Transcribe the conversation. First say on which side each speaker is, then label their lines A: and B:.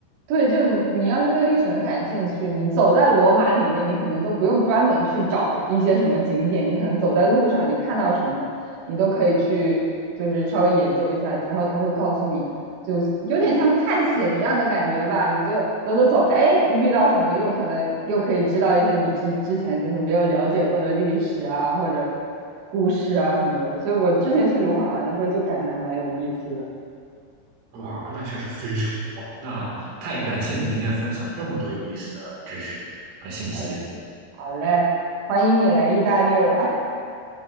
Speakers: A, on the right (about 65°); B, on the right (about 85°).
A: 对，就你你要是对历史很感兴趣，你走在罗马里面，你可能都不用专门去找一些什么景点，你可能走在路上，你看到什么，你都可以去，就是稍微研究一下，然后他会告诉你，就有点像探险一样的感觉吧。你就走走走，哎，你遇到什么，又可能又可以知道一些你之之前就是没有了解过的历史啊，或者故事啊什么的。所以我之前去罗马玩的时候，就感觉还蛮有意思的。
B: 的。哇，那确实非常棒。那太感谢你今天分享这么多有意思的知识和信息，
A: 好嘞，好嘞，欢迎你来意大利玩。